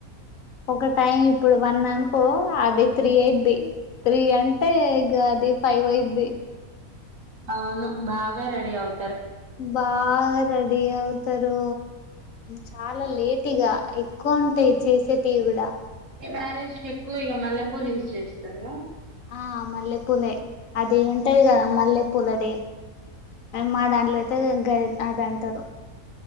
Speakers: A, on the left (about 65°); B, on the right (about 60°).
A: ఒక టైం ఇప్పుడు వన్ అనుకో అది త్రీ అయిద్ది త్రీ అంటే ఇగ అది ఫైవ్ అయిద్ది
B: అవును బాగా రెడి అవు
A: బాగా రెడి అవుతారు చాలా లేటి ఇగ ఎక్కువ ఉంటయి చేసేటివి కూడా
B: ఈ మ్యారేజ్ ఎక్కువ ఇగ మల్లె పూలు యూజ్ చేసిర్రంటన
A: ఆ మల్లెపూలే అది ఉంటది కదా మల్లెపూల అది మా దాంట్లోయితే గ అద అంటారు